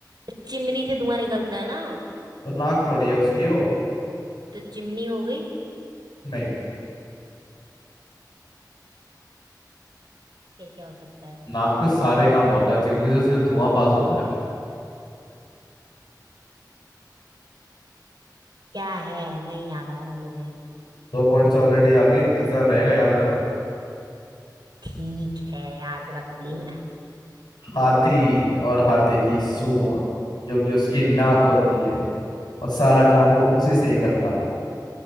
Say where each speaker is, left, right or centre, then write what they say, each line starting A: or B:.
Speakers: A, on the right; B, on the left.
A: चिमनी से धुआं निकलता है ना
B: तो नाक थोड़ी है उसकी हो
A: तो चिमनी हो गई
B: नहीं
A: फिर क्या हो सकता है
B: नाक से
A: हम्म,
B: सारे काम होता है चिमनी से सिर्फ धुआं पास होता है
A: क्या है नहीं याद आ रहा मुझे
B: दो पॉइंट्स ऑलरेडी आ गई तीसरा रहेगा याद रखना
A: ठीक है याद रख ली मैं
B: हाथी और हाथी की सूंड जो कि उसकी नाक होती है और सारा काम वो उसी से ही करता है